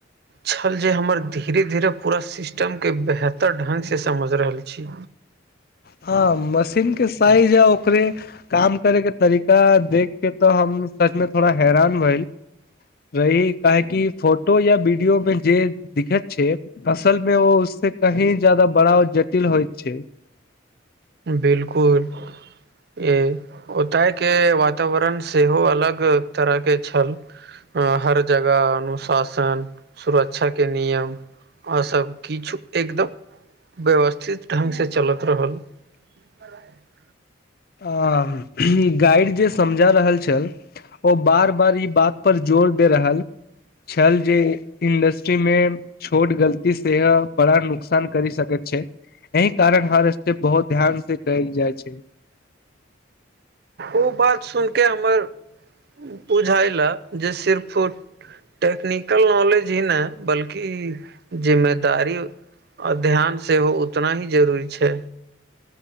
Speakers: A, on the right (about 50°); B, on the left (about 50°).
A: छल जे हमर धीरे-धीरे पूरा सिस्टमके बेहतर ढंगसे समझ -झी रहल छी।
B: हँ, मशीनके साइज आ ओकरे काम करैके तरीका देखि के तॅं हम सचमे थोड़ा हैरान भेइल रही, काहे कि फोटो या वीडियोमे जे दिखैत छै असलमे ओ ओ उससे कहीं ज्यादा बड़ा जटिल होइत छै।
A: बिल्कुल। ई ओतयके वातावरण सेहो अलग तरहके छल। ह हर जगह अनुशासन सुरक्षा के नियम आ सभ किछु एकदम व्यवस्थित ढंग से चलत रहल। <unintelligible>
B: आ गाइड जे समझा रहल छल। ओ बार बार ई बात पर जोर दे रहल। छल जे इंडस्ट्री मे छोट गलती से बड़ा नुक नुकसान करी सकैत छै एहि कारण हर स्टेप बहुत ध्यान से कल जाई छै
A: ओ बात सुईन के हमर बुझायल जे सिर्फ टेक्निकल नॉलेज ही नै बल्कि जिम्मेदारी आ ध्यान सेहो उतना ही जरूरी छै।